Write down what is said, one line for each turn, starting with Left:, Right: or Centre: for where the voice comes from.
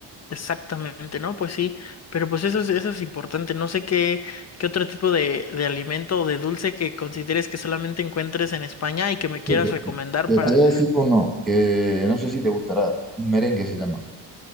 Left: exactamente, ¿no? Pues sí, pero pues eso es, eso es importante. No sé qué, qué otro tipo de, de alimento o de dulce que consideres que solamente encuentres en España y que me quieras
Centre: Fíjate,
Left: recomendar
Centre: Te
Left: para
Centre: te voy a decir uno que no sé si te gustará, un merengue se llama.